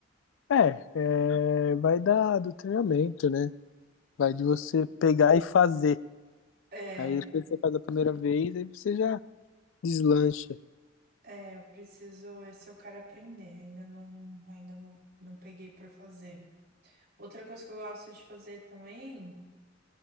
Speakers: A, on the left; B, on the right.
A: É, é, vai dar do treinamento, né? Vai de você pegar e fazer.
B: É,
A: Aí depois você faz a primeira vez, aí você já deslancha.
B: é, eu preciso, esse eu quero aprender. Ainda não, ainda não, não peguei pra fazer. Outra coisa que eu gosto de fazer também.